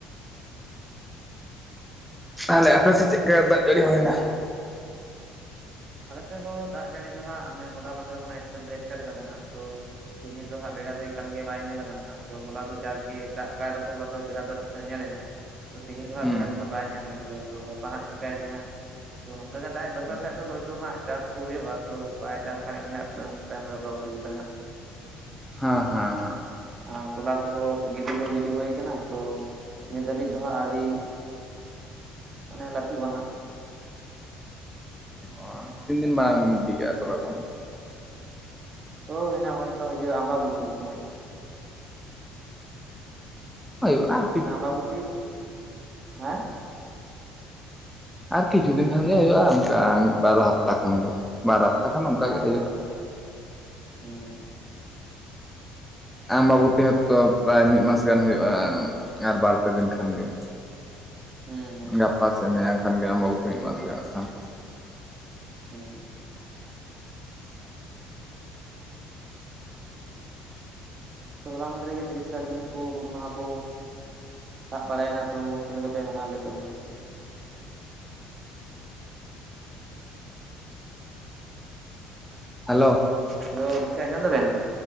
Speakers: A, in the centre; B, on the right.
A: ᱛᱟᱦᱟᱞᱮ ᱟᱯᱮ ᱥᱮᱫ ᱪᱮᱫ ᱠᱟ ᱫᱟᱜ ᱡᱟᱹᱲᱤ ᱦᱩᱭ ᱮᱱᱟ?
B: ᱟᱞᱮ ᱥᱮᱫ ᱦᱚᱸ ᱫᱟᱜ ᱡᱟᱹᱲᱤ ᱫᱚ ᱦᱟᱸᱜ ᱢᱟᱱᱮ ᱦᱚᱞᱟ ᱢᱟᱸᱫᱷᱮᱨ ᱠᱷᱚᱱᱟᱜ ᱮᱥᱴᱟᱴ ᱫᱚ ᱮᱥᱴᱟᱴ ᱠᱟᱫᱟ ᱦᱟᱸᱜ, ᱛᱚ ᱛᱮᱦᱮᱧ ᱫᱚ ᱦᱟᱸᱜ ᱵᱮᱲᱟ ᱫᱚ ᱮᱠᱟᱞ ᱜᱮ ᱵᱟᱭ ᱧᱮᱞ ᱟᱠᱟᱱᱟ ᱛᱚ ᱦᱚᱞᱟ ᱫᱚ ᱡᱟᱠ ᱜᱮ ᱫᱟᱜ ᱠᱟᱜ ᱨᱮ ᱦᱚᱸ ᱦᱚᱞᱟ ᱫᱚ ᱵᱮᱲᱟ ᱫᱚ ᱱᱟᱥᱮᱱᱟᱜ ᱧᱮᱞ ᱞᱮᱱᱟᱭ᱾ ᱛᱚ ᱛᱮᱦᱮᱧ ᱫᱚ ᱦᱟᱸᱜ
A: ᱦᱩᱸ
B: ᱵᱮᱲᱟ ᱫᱚ ᱦᱟᱸᱜ ᱵᱟᱭ ᱧᱮᱞ ᱞᱮᱱ ᱜᱮᱭᱟ ᱛᱚ ᱜᱟᱯᱟ ᱦᱟᱸᱜ ᱪᱤᱠᱟᱹᱭ ᱫᱟᱭ ᱦᱟᱸᱜ᱾ ᱛᱚ ᱱᱚᱝᱠᱟ ᱜᱮ ᱫᱟᱜ ᱮ ᱫᱚᱦᱚᱭ
A: ᱦᱩᱸ
B: ᱠᱷᱟᱡ ᱫᱚᱭ ᱦᱳᱭ ᱛᱚ ᱦᱟᱸᱜ ᱪᱟᱥ ᱠᱚ ᱦᱳᱭᱳᱜᱼᱟ ᱛᱚ ᱵᱟᱭ ᱫᱟᱜ ᱠᱷᱟᱱ ᱜᱮ ᱦᱟᱸᱜ ᱛᱟᱭᱚᱢ ᱫᱟᱨᱟᱢ ᱫᱚ ᱚᱥᱩᱵᱤᱫᱟ ᱦᱟᱸᱜ᱾
A: ᱦᱩᱸ ᱦᱩᱸ ᱦᱩᱸ
B: ᱟᱨ ᱛᱚᱞᱟ ᱠᱚ ᱦᱚᱸ ᱜᱤᱰᱤ ᱫᱚ ᱜᱤᱰᱤ ᱦᱳᱭ ᱠᱟᱱᱟ ᱛᱚ ᱱᱤᱛ ᱫᱷᱟᱹᱵᱤᱡ ᱫᱚ ᱦᱟᱸᱜ ᱟᱹᱣᱨᱤ ᱚᱱᱮ ᱞᱟᱹᱴᱩᱜᱼᱟ ᱦᱟᱸᱜ᱾
A: ᱚ ᱛᱤᱱ ᱫᱤᱱ ᱢᱟᱲᱟᱝ ᱵᱤᱱ ᱜᱤᱰᱤ ᱠᱟᱜᱼᱟ ᱛᱚᱞᱟ ᱠᱚ?
B: ᱳ ᱦᱳᱭᱱᱟ ᱱᱚᱜᱟ ᱱᱤᱛᱚᱜ ᱤᱭᱟᱹ ᱟᱢᱵᱟᱵᱚᱛᱤ ᱥᱳᱢᱭᱡ
A: ᱦᱳᱭᱳᱜᱼᱟ᱾
B: ᱚᱱᱟ ᱟᱢᱵᱟᱵᱚᱛᱤ ᱦᱮᱸ
A: ᱟᱨ ᱠᱤᱪᱷᱩ ᱫᱤᱱ ᱠᱷᱟᱱᱜ ᱜᱮ ᱦᱩᱭᱩᱜᱼᱟ ᱚᱱᱠᱟ ᱢᱤᱫ ᱵᱟᱨ ᱦᱟᱯᱛᱟ ᱠᱷᱟᱱ ᱜᱮ, ᱵᱟᱨ ᱦᱟᱯᱛᱟ ᱠᱷᱟᱱ ᱱᱚᱝᱠᱟ
B: ᱦᱮᱸ
A: ᱜᱮ ᱦᱩᱭᱩᱜᱼᱟ᱾
B: ᱦᱮᱸ <unintelligible>
A: ᱟᱢᱵᱟᱵᱩᱛᱤ ᱦᱚᱸ ᱛᱚ ᱯᱨᱟᱭ ᱢᱤᱫ ᱢᱟᱥ ᱜᱟᱱ ᱦᱩᱭᱩᱜᱼᱟ ᱟᱨ ᱵᱟᱨ ᱯᱮ ᱫᱤᱱ ᱠᱷᱟᱱ ᱜᱮ᱾
B: ᱦᱩᱸ ᱦᱩᱸ
A: ᱜᱟᱯᱟ ᱥᱮ ᱢᱮᱭᱟᱝ ᱠᱷᱟᱱ ᱜᱮ ᱟᱢᱵᱟᱵᱩᱛᱤ ᱢᱤᱫ ᱢᱟᱥ ᱦᱩᱭᱩᱜ-ᱟ ᱟᱠᱷᱟᱱ᱾
B: ᱦᱩᱸ᱾ ᱛᱚ ᱦᱚᱞᱟ ᱢᱟᱫᱷᱮᱨ ᱜᱮ ᱛᱤᱨᱤᱥᱟ ᱡᱩᱱ ᱠᱚ ᱦᱩᱞ ᱢᱟᱦᱟ ᱠᱚ ᱛᱟᱵ ᱵᱟᱲᱟᱭ ᱮᱱᱟ ᱛᱚ ᱪᱮᱫ ᱞᱮᱠᱟ ᱯᱮ ᱢᱟᱱᱟᱣ ᱠᱮᱫ ᱛᱟᱵᱚᱱᱟ?
A: ᱦᱮᱞᱳ
B: ᱦᱮᱞᱳ ᱜᱚᱢᱠᱮ ᱟᱸᱡᱚᱱ ᱫᱟ ᱵᱮᱱ?